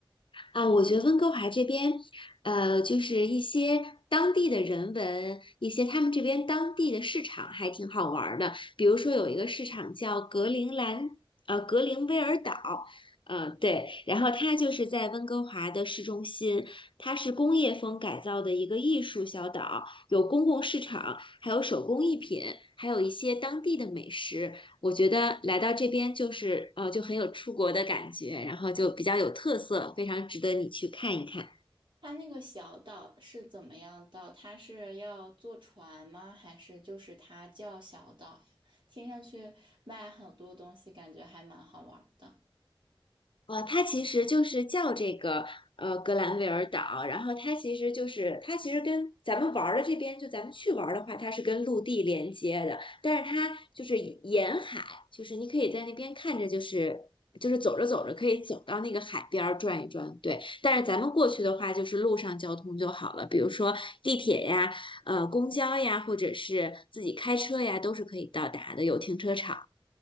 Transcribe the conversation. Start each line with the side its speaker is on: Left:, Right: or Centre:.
Left: 啊，我觉得温哥华这边，呃，就是一些当地的人文，一些他们这边当地的市场还挺好玩儿的。比如说有一个市场叫格陵兰，呃，格陵威尔岛，呃，对，然后它就是在温哥华的市中心，它是工业风改造的一个艺术小岛，有公共市场，还有手工艺品，还有一些当地的美食。我觉得来到这边就是呃就很有出国的感觉，然后就比较有特色，非常值得你去看一看。
Right: 它那个小岛是怎么样到？它是要坐船吗？还是就是它叫小岛呀？听上去卖很多东西，感觉还蛮好玩的。
Left: 呃，它其实就是叫这个呃格兰维尔岛，然后它其实就是它其实跟咱们玩儿的这边，就咱们去玩儿的话，它是跟陆地连接的，但是它就是沿海，就是你可以在那边看着，就是就是走着走着可以走到那个海边儿转一转，对。但是咱们过去的话，就是路上交通就好了，比如说地铁呀、呃公交呀，或者是自己开车呀，都是可以到达的，有停车场。